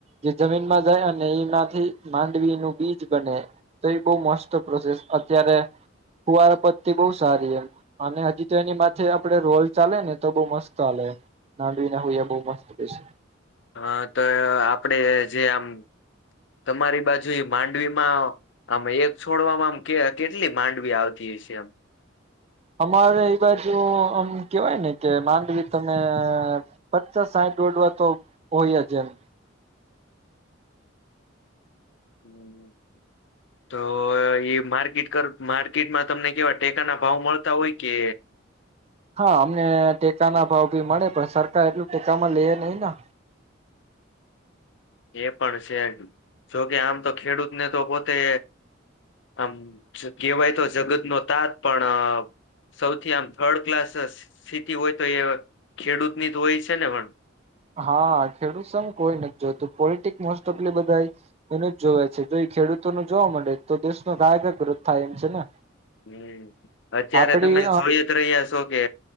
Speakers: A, on the right (about 30°); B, on the left (about 65°).
A: જે જમીનમાં જાય અને એમાંથી માંડવી નું બીજ બને. તો એ બહુ મસ્ત પ્રોસેસ અત્યારે, કુવાર પત્તી બહુ સારી એમ. અને હજી તો એની માથે આપડે રોલ ચાલે ને તો બઉ મસ્ત ચાલે. નાડવી ના હો બહુ મસ્ત પ છે.
B: હા તો આપડે જે આમ તમારી બાજુ માંડવીમાં આમે એક છોડવામાં આમ કે કેટલી માંડવી આવતી હય છે આમ.
A: અમારે એ બાજુ આમ કેવાય ને કે માંડવી તમે પચ સાંઠ દોડવા તો હોયજ એમ.
B: હમ. તો એ માર્કેટ કર માર્કેટમાં તમને કેવા ટેકાના ભાવ મળતા હોય કે
A: હા અમને ટેકા ના ભાવ ભી મળે પણ સરકાર એટલું ટેકામાં લઈએ નહી.
B: એ પણ છે જોકે આમ તો ખેડૂતને તો પોતે આમ કહેવાય તો જગત નો તાત પણ સૌથી આમ થર્ડ ક્લાસ સ્થિતિ હોય તો એ ખેડૂતની જ હોય છે ને પણ
A: હા ખેડૂત સમ કોઈ નથી જોતું પોલિટિકસ મોસ્ટ ઓફ બધા એ એનું જ જોવે છે જો એ ખેડૂતો નું જોવા માડે તો દેશનો કાયધર્રોધ થાય છે ને.
B: મે અત્યારે
A: આપડી
B: તમે જોઈ જ રહ્યા છો કે